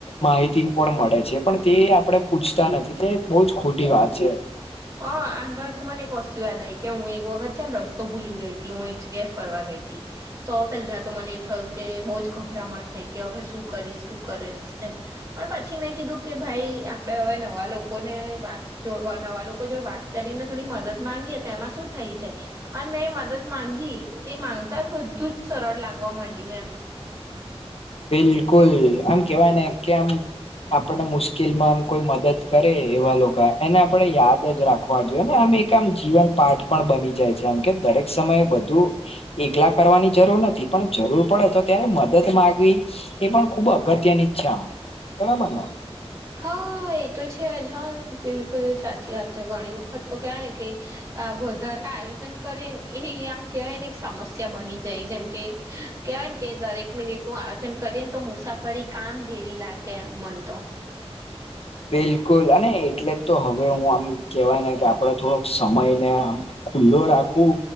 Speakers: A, on the left; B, on the right.
A: માહિતી પણ મળે છે, પણ તે આપણે પૂછતા નથી, તે બહુ જ ખોટી વાત છે.
B: હા, આન પરથી મને એક વસ્તુ યાદ આવી કે હું એક વખત છે ને રસ્તો ભૂલી ગઈ હતી, હું એક... તે ફરવા ગઈ તો પહેલાં તો મને થયું કે બહુ જ ગભરામણ થઈ. કે હવે શું કરીશ, શું કરીશ? એમ પણ પછી મેં કીધું કે ભાઈ, આપણે હવે નવા લોક લોકોને જોડે વાત, નવા લોકોને વાત કરીને થોડી મદદ માંગી તો એમાં શું થઈ જાય? અને મેં મદદ માંગી, એ માંગતાં જ બધું જ સરળ લાગવા માંડ્યું એમ.
A: બિલકુલ, આમ કહેવાય ને કે આમ... આપણે મુશ્કેલીમાં આમ કોઈ મદદ કરે એવા લોકા આપણે યાદ જ રાખીએ. હોવા જો, ને એક આમ જીવનપાઠ પણ બની જાય છે, એમ કે દરેક સમયે બધું... એકલા કરવાની જરૂર નથી, પણ જરૂર પડે તો ત્યારે મદદ માંગવી. એ પણ ખૂબ અગત્યની ઈચ્છા, બરાબર ને?
B: હા, એ તો છે જ. હા, બિલકુલ સાચી વાત છે. ઘણી વખત તો કહેવાય ને કે... આપણે વધારે આયોજન કરીએ ને, એ આમ કહેવાય ને એક સમસ્યા બની. જાય. જેમ કે કહેવાય ને કે દરેક મિનિટનું આયોજન કરીએ ને, તો મુસાફરી... કામ જેવી લાગે, આમ મન તો...
A: બિલકુલ, અને એટલે તો હવે હું આમ કહેવાય ને કે આપણે થોડોક સમય ને આમ.. ખુલ્લો રાખવું